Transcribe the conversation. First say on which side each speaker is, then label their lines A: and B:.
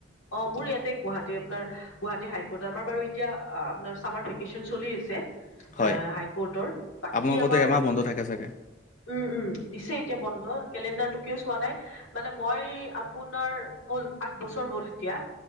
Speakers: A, on the left; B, on the left.
A: অঁ মোৰ ইয়াতে গুৱাহাটী আপোনাৰ গুৱাহাটী হাইকোৰ্ট আমাৰ বাৰু এতিয়া আপোনাৰ ছামাৰ ভেকেশ্যচন চলি আছে। এ
B: হয়
A: হাই কোৰ্টৰ, বাকী
B: আপোনালোকতো
A: আমাৰ
B: এমাহ বন্ধ থাকে চাগে
A: উম উম দিছে এতিয়া বন্ধ, কেলেণ্ডাৰটো কিয় চোৱা নাই মানে মই আ আপোনাৰ হ'ল আঠ বছৰ হ'ল এতিয়া,